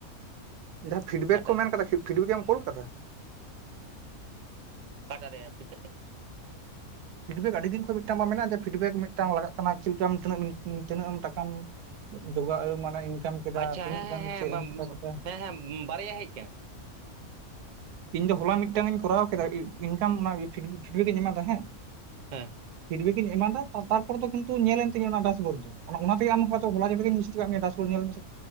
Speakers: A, on the right; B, on the right.
A: ᱡᱟᱦᱟᱸ ᱯᱷᱤᱰᱵᱮᱠ
B: ᱚᱠᱟᱴᱟᱜ
A: ᱠᱚ ᱢᱮᱱ ᱟᱠᱟᱫᱟ ᱯᱷᱤᱰᱵᱮᱠ ᱮᱢ ᱠᱳᱞ ᱟᱠᱟᱫᱟ
B: ᱚᱠᱟᱴᱟᱜ ᱨᱮᱭᱟ ᱯᱷᱤᱰᱵᱮᱠ
A: ᱯᱷᱤᱰᱵᱮᱠ ᱟᱹᱰᱤ ᱫᱤᱱ ᱠᱷᱚᱱ ᱢᱤᱫᱴᱟᱝ ᱢᱮᱱᱟᱜᱼᱟ ᱡᱮ ᱯᱷᱤᱰᱵᱮᱠ ᱢᱤᱫᱴᱟᱝ ᱞᱟᱜᱟᱜ ᱠᱟᱱᱟ ᱪᱮᱫ ᱞᱮᱠᱟᱢ ᱛᱤᱱᱟᱹᱜ ᱮᱢ ᱴᱟᱠᱟᱢ ᱡᱚᱜᱟᱣ ᱟᱹᱜᱩ ᱢᱟᱱᱮ ᱤᱱᱠᱟᱢ ᱠᱮᱫᱟ
B: ᱟᱪᱪᱷᱟ
A: ᱛᱤᱱᱟᱹᱜ
B: ᱦᱮᱸ
A: ᱜᱟᱱ
B: ᱦᱮᱸ
A: ᱪᱮᱫ ᱮᱢ ᱪᱮᱠᱟ ᱠᱮᱫᱟ
B: ᱦᱮᱸ ᱦᱮᱸ ᱦᱮᱸ ᱵᱟᱨᱭᱟ ᱦᱮᱡ ᱟᱠᱟᱱᱟ
A: ᱤᱧ ᱫᱚ ᱦᱚᱞᱟ ᱢᱤᱫᱴᱟᱝ ᱤᱧ ᱠᱚᱨᱟᱣ ᱠᱮᱫᱟ ᱤᱱᱠᱟᱢ ᱚᱱᱟ ᱯᱷᱤᱰᱵᱮᱠ ᱤᱧ ᱮᱢ ᱟᱫᱟ ᱦᱮᱸ
B: ᱦᱮᱸ
A: ᱯᱷᱤᱰᱵᱮᱠ ᱤᱧ ᱮᱢᱟᱫᱟ ᱛᱟᱨᱯᱚᱨ ᱫᱚ ᱠᱤᱱᱛᱩ ᱧᱮᱞᱮᱱ ᱛᱤᱧᱟᱹ ᱚᱱᱟ ᱰᱟᱥᱵᱳᱨ ᱫᱚ ᱚᱱᱟᱛᱮᱜᱮ ᱟᱢ ᱦᱚᱭᱛᱚ ᱦᱚᱞᱟ ᱡᱚᱠᱜᱟᱡ ᱤᱧ ᱢᱤᱥᱴᱮᱠ ᱟᱫᱢᱮᱭᱟ ᱰᱟᱥ ᱵᱳᱲ ᱧᱮᱞ ᱢᱮ